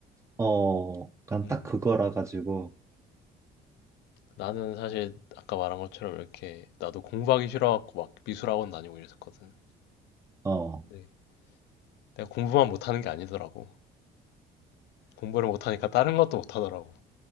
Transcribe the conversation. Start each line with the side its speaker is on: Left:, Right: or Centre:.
Right: 어, 그냥
Left: 음
Right: 딱 그거라 가지고,
Left: 나는 사실 아까 말한 것처럼 이렇게 나도 공부하기 싫어갖고 막 미술학원 다니고 이랬었거든.
Right: 어,
Left: 근데 내가 공부만 못하는 게 아니더라고. 공부를 못하니까 다른 것도 못하더라고.